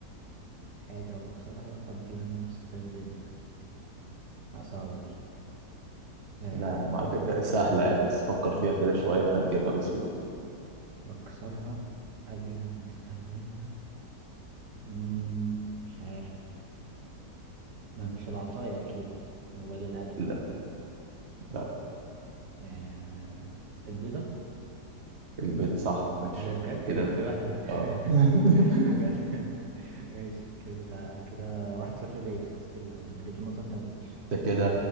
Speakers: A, on the right; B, on the right.
A: حاجة وأكسرها قبل ما أستخدمها لا صعبة دي آه،
B: لا ما اعرف إيه. سهلة يعني بس فكر فيها كده شوية هتجيبها بسهولة
A: بكسرها قبل ما استخدمها مم، مش عارف ما مش العصاية أكيد ولا القلم
B: لا لا
A: آه البيضة
B: البيضة صح ماشي
A: إيه ده بجد
B: كده
A: أنا كنت بهبد
B: اه <laughs>
A: <laughs> بجد ماشي كده تع... كده واحد صفر ليا أنت ستيل أنا جبت نقطة أنت ما جبتش
B: ده كده